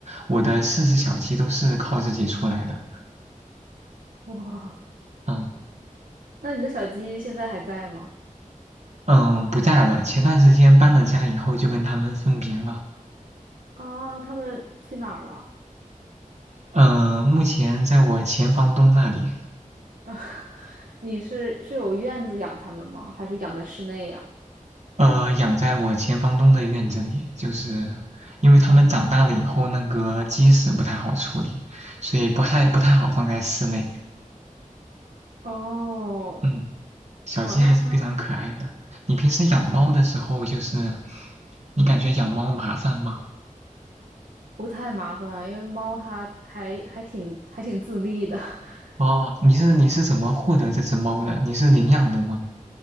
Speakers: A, on the right; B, on the right.
A: 我的四只小鸡都是靠自己出来的。
B: 哇，
A: 嗯
B: 那你的小鸡现在还在吗？
A: 嗯，不在了。前段时间搬了家以后，就跟它们分别了。
B: 啊，它们去哪儿了？
A: 嗯，目前在我前房东那里，
B: <laughs> 你是是有院子养它们吗？还是养在室内呀？
A: 呃，养在我前房东的院子里，就是因为它们长大了以后，那个鸡屎不太好处理，所以不太不太好放在室内。
B: 哦，
A: 嗯。小鸡还是非常可爱的。
B: 哇，那它
A: 你平时养猫的时候，就是你感觉养猫麻烦吗？
B: 不太麻烦啊，因为猫它还还挺还挺自立的。<laughs>
A: 哦，你是你是怎么获得这只猫的？你是领养的吗？